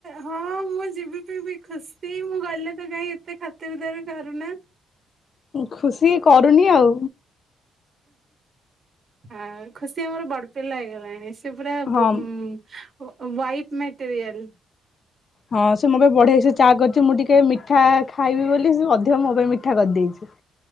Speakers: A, on the right; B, on the left.
A: ହଁ ମୁଁ ଯିବି ପିିବି ଖୁସି ମୁଁ ଗଲେ ତ କାାଇଁ ଏତେ ଖ ତେବେ ତାହର କାରଣ।
B: ଖୁସି କରୁନି ଆଉ।
A: ଆ ଖୁସି ଆମର ବଡ ପିଲା ହେଇଗଲାଣି। ସେ ପୁରା
B: ହଁ।
A: White material.
B: ହଁ ସେ ମୋ ପାଇଁ ବଢିସେ ଚା କରିଦେଇଚି ମୁଁ ଟିକେ ମିଠା ଖାଇବି ବୋଲି ସେ ଅଧ ମୋ ପାଇଁ ମିଠା କରିଦେଇଚି।